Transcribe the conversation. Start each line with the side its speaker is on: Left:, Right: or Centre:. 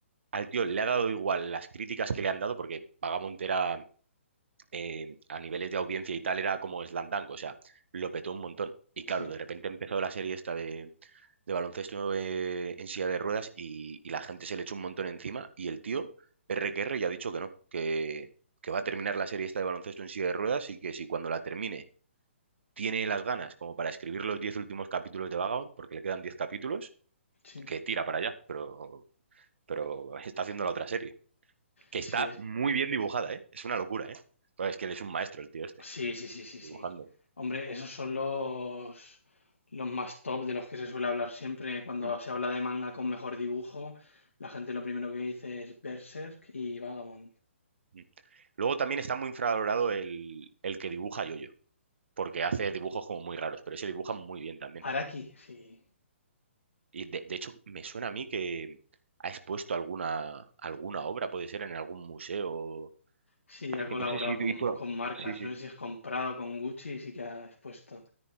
Right: al tío le ha dado igual las críticas que le han dado, porque Vagabond era, eh, a niveles de audiencia y tal, era como Slam Dunk, o sea, lo petó un montón. Y claro,
Left: sí,
Right: de repente empezó la serie esta de, de baloncesto eh, en silla de ruedas y, y la gente se le echó un montón encima y el tío, R que R, ya ha dicho que no, que, que va a terminar la serie esta de baloncesto en silla de ruedas y que si cuando la termine tiene las ganas como para escribir los 10 últimos capítulos de Vagabond, porque le quedan 10 capítulos,
Left: sí.
Right: que tira para allá, pero, pero <laughs> está haciendo la otra serie, que
Left: Sí,
Right: está
Left: es...
Right: muy bien dibujada, ¿eh? Es una locura, ¿eh? Pues es que él es un maestro, el tío este,
Left: sí, sí, sí, sí,
Right: dibujando.
Left: sí. Hombre, esos son los, los más top de los que se suele hablar siempre. Cuando
Right: Mm,
Left: se habla de manga con mejor dibujo, la gente lo primero que dice es Berserk y Vagabond.
Right: mm. Luego también está muy infravalorado el, el que dibuja Yoyo. porque hace dibujos como muy raros, pero ese dibuja muy bien también.
Left: Araki, sí.
Right: Y de, de hecho, me suena a mí que ha expuesto alguna, alguna obra, puede ser en algún museo.
Left: Sí,
Right: Es
Left: ha
Right: que
Left: colaborado
Right: no- No sé si
Left: con,
Right: hizo...
Left: con marcas,
Right: Sí, sí.
Left: no sé si has comprado con Gucci y sí que ha expuesto